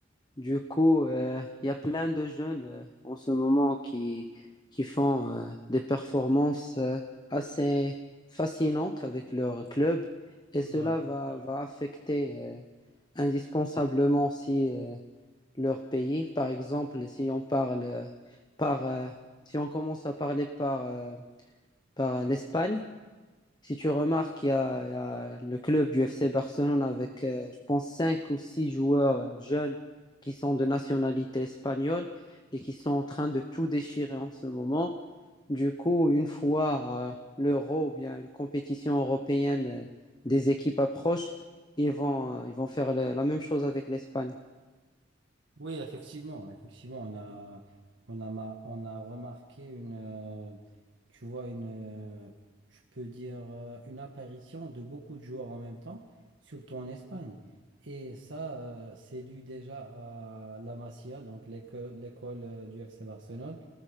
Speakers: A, on the left; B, on the right.
A: Du coup, euh, il y a plein de jeunes euh, en ce moment qui, qui font euh, des performances euh, assez fascinantes avec leur club et cela
B: Ouais,
A: va, va affecter euh, indispensablement aussi euh, leur pays. Par exemple, si on parle euh, par, euh, si on commence à parler par, euh, par l'Espagne, si tu remarques, il y, a y a le club du FC Barcelone avec, euh, je pense, cinq ou six joueurs euh, jeunes qui sont de nationalité espagnole et qui sont en train de tout déchirer en ce moment. Du coup, une fois euh, l'Euro ou bien une compétition européenne euh, des équipes approche, ils vont, euh, ils vont faire le- la même chose avec l'Espagne.
B: Oui, effectivement, effectivement, on a, on a, ma- on a remarqué une, euh, tu vois, une, euh, je peux dire, euh, une apparition de beaucoup de joueurs en même temps, surtout en Espagne. Et ça, euh, c'est dû déjà à la Masia, donc l'éco- l'école, euh, du FC Barcelone